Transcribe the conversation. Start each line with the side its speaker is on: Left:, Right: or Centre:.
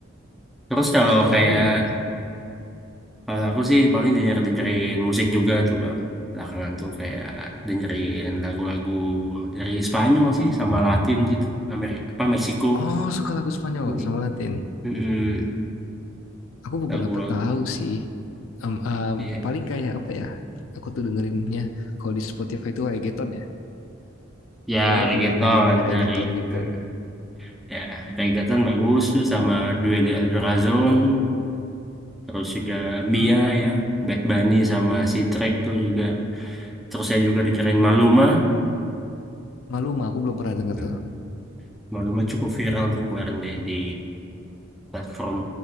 Centre: Terus kalau
Left: Kalau
Centre: kayak
Left: kamu gimana?
Centre: kalau aku sih paling denger dengerin musik juga tuh bang. Belakangan tuh kayak dengerin lagu-lagu dari Spanyol sih sama Latin gitu Amerika apa Meksiko.
Left: Oh, suka lagu Spanyol
Centre: Mm.
Left: sama Latin.
Centre: Mm-mm.
Left: Aku beberapa
Centre: Lagu-lagu.
Left: tahu sih. Em, em,
Centre: Iya.
Left: paling kayak apa ya? Aku tuh dengerinnya kalau di Spotify itu reggaeton ya.
Centre: Ya
Left: Banyak
Centre: reggaeton
Left: tuh genre-genre reggaeton
Centre: dari
Left: gitu.
Centre: mm, ya reggaeton bagus tuh sama Duel de El Corazon terus juga
Left: Hmm,
Centre: Mia ya Bad Bunny sama si Drake tuh juga terus saya juga dengerin Maluma
Left: malu mah aku belum pernah denger
Centre: Hmm.
Left: tuh.
Centre: Maluma cukup viral tuh kemarin deh di platform